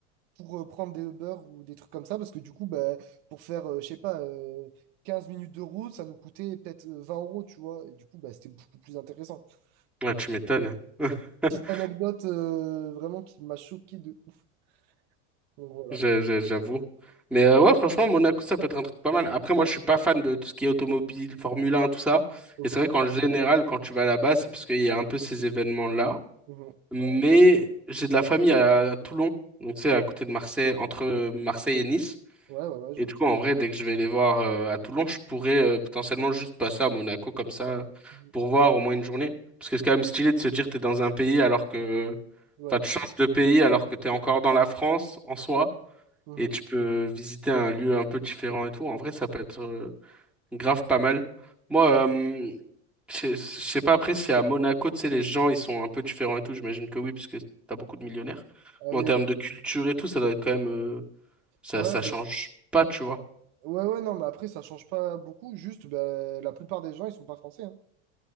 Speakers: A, on the right; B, in the centre.
A: pour euh, prendre des Uber ou des trucs comme ça, parce que du coup, bah, pour faire, euh, je sais pas, euh, 15 minutes de route, ça nous coûtait peut-être euh, 20 euros, tu vois. Et du coup, bah, c'était beaucoup plus intéressant.
B: Ouais,
A: Mais
B: tu m'étonnes. <laughs>
A: euh, petite anecdote euh, vraiment qui m'a choqué de ouf. Donc voilà.
B: Je- je- J'avoue. Mais euh, ouais, franchement, Monaco, ça peut être un truc pas mal. Après, moi, je suis pas fan de tout ce qui est automobile, Formule 1, tout ça.
A: Ok.
B: Et c'est vrai qu'en général, quand tu vas là-bas, c'est parce qu'il y a un peu ces événements-là.
A: Mhm.
B: Mais
A: Ouais,
B: j'ai de la famille à Toulon, donc c'est à côté de Marseille, entre euh, Marseille et Nice.
A: ouais, ouais, ouais, je
B: Et
A: vois.
B: du coup, en vrai, dès que je vais les voir euh, à Toulon, je pourrais euh, potentiellement juste passer à Monaco comme ça
A: Mhm.
B: pour voir au moins une journée. Parce que c'est quand même stylé de se dire t'es dans un pays alors que...
A: Ouais.
B: Enfin, tu changes de pays alors que t'es encore dans la France en soi
A: Mhm.
B: et tu peux visiter un lieu un peu différent et tout. En vrai, ça peut être euh, grave pas mal. Moi, euh, je sais je sais pas après si à Monaco, tu sais, les gens, ils sont un peu différents et tout. J'imagine que oui, parce que t'as beaucoup de millionnaires.
A: Ah oui.
B: Mais en termes de culture et tout, ça doit être quand même... euh, ça,
A: Ouais,
B: ça
A: ben-
B: change pas, tu vois.
A: ouais, ouais, non, mais après, ça change pas beaucoup. Juste, ben, la plupart des gens, ils sont pas français. hein.